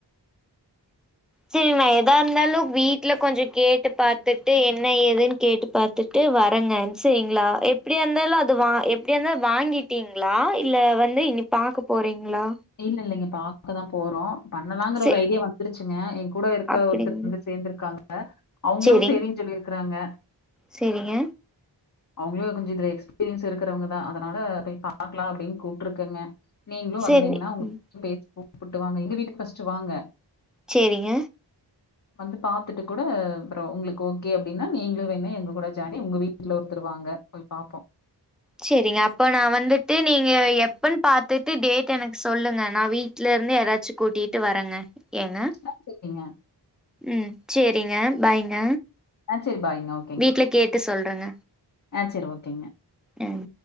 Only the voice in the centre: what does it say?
சேரி எதா இருந்தாலு வீட்ல கொஞ்ச கேட்டு பாத்துட்டு என்ன எதுன்னு கேட்டு பாத் துட்டு வரங்க செரிங்ளா எப்டியா இருந்தாலு அது வா எப்டியா இருந்தாலு வாங்கிட்டீங் ங்ளா இல்ல வந்து இனி பாக்க போறீங்ளா
சே
அப்டிங்க
சேரிங்
சேரிங்க
சேரி
ம்
சேரிங்க
சேரிங்க அப்போ நா வந்துட்டு நீங்க எப்பன் பாத்துட்டு டேட் எனக்கு சொல்லுங்க நா வீ ட்லந்து யாராச்சு கூட்டிட்டு வர்றங்க ஏங்க
ம் சேரிங்க பாய்ங்க
வீட்ல கேட்டு சொல்றங்க
ம்